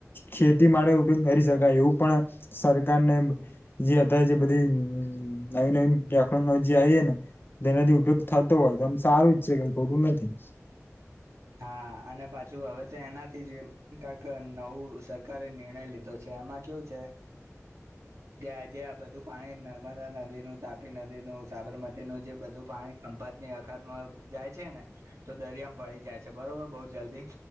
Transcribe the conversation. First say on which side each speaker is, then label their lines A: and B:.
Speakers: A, on the left; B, on the right.
A: ખેતી માટે ઉપયોગ કરી શકાય એવું પણ સરકાર ને જે અત જે બધી નવી નવી ટેકનોલોજી આવી ને તેનાથી ઉપયોગ થતો હોય તો આમ સારું જ છે કે ખોટું નથી
B: હા અને પાછું હવે તો એનાથી જ કંઈક નવું સરકારે નિર્ણય લીધ તો છે એમાં કેવું છે તો આ બધું પાણી નર્મદા નદી નું તાપી નદી નું સાબરમતી નું જે બધું પાણી ખંભાત ની અખાતમાં જાય છે ને તો દરિયામાં ભળી જાય છે કે બરોબર બઉ જલ્દી